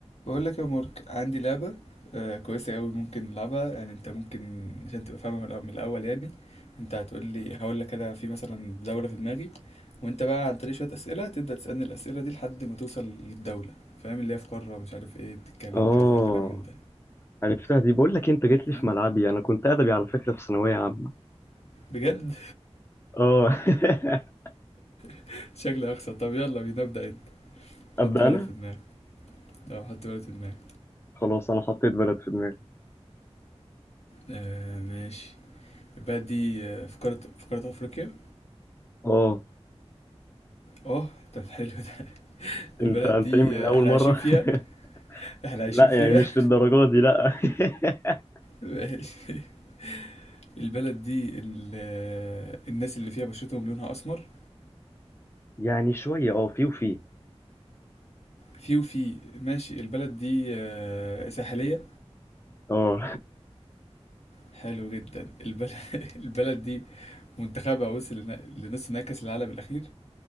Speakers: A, on the left (about 75°); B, on the left (about 20°).
A: بقول لك يا مارك عندي لعبة آه كويسة أوي ممكن نلعبها يعني أنت ممكن عشان تبقى فاهمة من الأول من الأول يعني أنت هتقول لي هقول لك أنا في مثلا دولة في دماغي وأنت بقى عن طريق شوية أسئلة تبدأ تسألني الأسئلة دي لحد ما توصل للدولة فاهم اللي هي في قارة مش عارف إيه بتتكلم
B: اه
A: كذا كلام من ده
B: عرفتها دي بقول لك إيه، انت جيت لي
A: فاهم
B: في ملعبي انا كنت ادبي على فكره في ثانويه عامه
A: بجد
B: اه <laughs>
A: <laughs> شكلي هخسر طب يلا بينا ابدأ أنت
B: ابدا
A: حط بلد
B: انا
A: في دماغك أه حط بلد في دماغك
B: خلاص انا حطيت بلد في دماغي
A: آه ماشي البلد دي آه، في قارة في قارة أفريقيا
B: اه
A: أه طب حلو ده
B: انت
A: البلد
B: انت
A: دي
B: ايه من
A: آه،
B: اول
A: إحنا
B: مره
A: عايشين فيها
B: <laughs>
A: احنا عايشين
B: لا
A: فيها
B: يعني مش للدرجه دي لا <laughs>
A: <laughs> البلد دي ال- الناس اللي فيها بشرتهم لونها اسمر
B: يعني شويه اه في وفي
A: في وفي ماشي البلد دي آه، ساحلية
B: اه
A: حلو جدا البلد <laughs> البلد دي منتخبها وصل لن- لنص نهائي كأس العالم الأخير